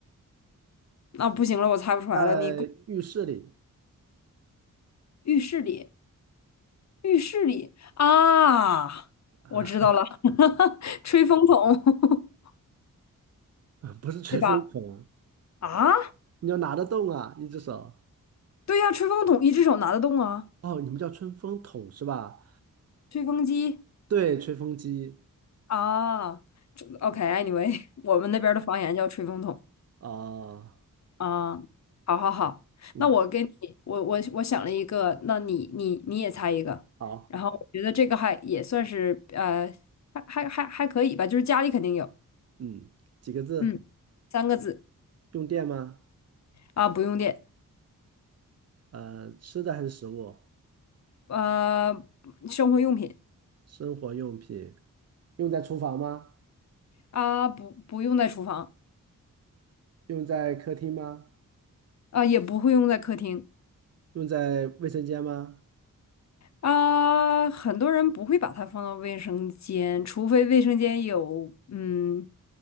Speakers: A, on the left (about 50°); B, on the right (about 45°).
A: 啊，不行了，我猜不出来了，
B: 在浴室里
A: 你啊，浴室里，浴室里啊，
B: 啊，
A: 我知道了，<laughs> 吹风筒，<laughs>
B: <laughs> 不是吹风筒，
A: 对吧？啊，
B: 你要拿得动啊，一只手。
A: 对呀，吹风筒一只手拿得动啊，
B: 哦，你们叫吹风筒是吧？
A: 吹风机
B: 对，吹风机
A: 啊这，OK，anyway，我们那边儿的方言叫吹风筒。
B: 啊，
A: 啊，好好好，
B: 嗯，
A: 那我跟你，我我我想了一个，那你你你也猜一个，
B: 好，
A: 然后我觉得这个还也算是呃，还还还还可以吧，就是家里肯定有，
B: 嗯，几个字？
A: 嗯，三个字
B: 用电吗？
A: 啊，不用电，
B: 呃，吃的还是食物，
A: 呃，生活用品
B: 生活用品，用在厨房吗？
A: 啊，不不用在厨房
B: 用在客厅吗？
A: 啊，也不会用在客厅
B: 用在卫生间吗？
A: 啊，很多人不会把它放到卫生间，除非卫生间有嗯